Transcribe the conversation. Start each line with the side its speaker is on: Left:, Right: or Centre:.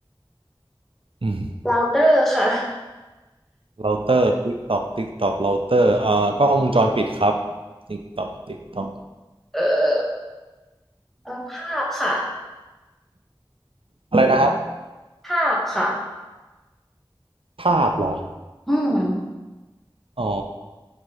Right: อืม
Centre: เราเตอร์ค่ะ
Right: เราเตอร์ติ๊กตอกติ๊กตอกเราเตอร์อ่ากล้องวงจรปิดครับติ๊กตอกติ๊กตอก
Centre: เออเอ่อภาพค่ะ
Right: อะไรนะฮะ
Centre: ภาพค่ะ
Right: ภาพเหรอ
Centre: อืม
Right: อ๋อ